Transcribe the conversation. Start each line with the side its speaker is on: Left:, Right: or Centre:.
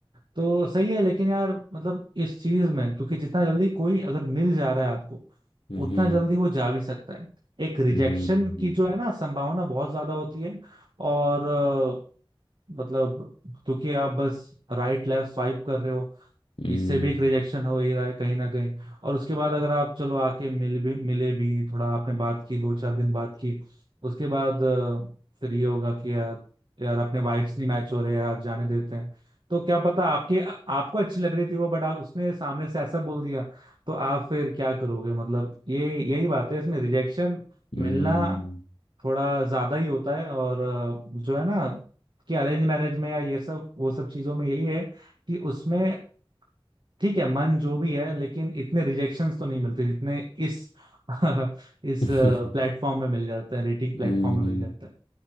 Right: तो सही है लेकिन यार मतलब इस चीज में क्योंकि जितना जल्दी कोई अगर मिल जा रहा है आपको
Left: है
Right: उतना जल्दी वो जा भी सकता है एक रिजेक्शन
Left: हम्म
Right: की जो है ना संभावना बहुत ज्यादा होती है और अ, मतलब क्योंकि आप बस राइट लेफ्ट स्वाइप कर रहे हो
Left: हम्म
Right: इससे भी एक रिजेक्शन हो ही रहा है कहीं ना कहीं और उसके बाद अगर आप चलो आके मिल भी मिले भी थोड़ा आपने बात की दो चार दिन बात की उसके बाद अ, फिर ये होगा कि यार यार अपने वाइब्स नहीं मैच हो रहे यार जाने देते हैं तो क्या पता आपके आपको अच्छी लग रही थी वो बट उसने सामने से ऐसा बोल दिया तो आप फिर क्या करोगे मतलब ये यही बात है इसमें रिजेक्शन मिलना
Left: हम्म
Right: थोड़ा ज्यादा ही होता है और अ, जो है ना कि अरेंज मैरिज में या ये सब वो सब चीजों में यही है कि उसमें ठीक है मन जो भी है लेकिन इतने रिजेक्शंस तो नहीं मिलते जितने इस <laughs> इस
Left: हम्म
Right: प्लेटफॉर्म
Left: <laughs>
Right: में मिल जाते हैं रेटिंग प्लेटफॉर्म
Left: हम्म,
Right: में मिल जाते हैं